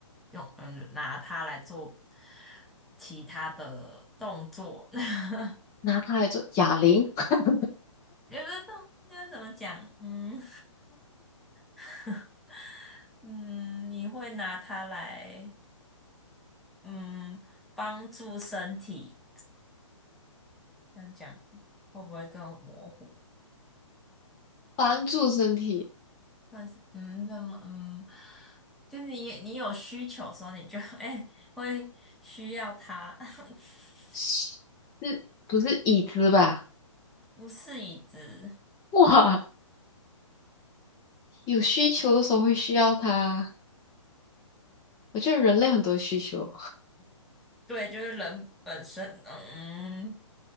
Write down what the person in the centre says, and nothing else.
用，嗯，拿它来做其他的动作，<laughs>
也不是动，那怎么讲？嗯，<laughs> 嗯，你会拿它来，嗯，帮助身体，这样讲会不会更模糊？
但是嗯，怎么嗯，就是你你有需求的时候，你就 <laughs> 哎、会需要它，<laughs>
不是椅子，
对，就是人本身嗯，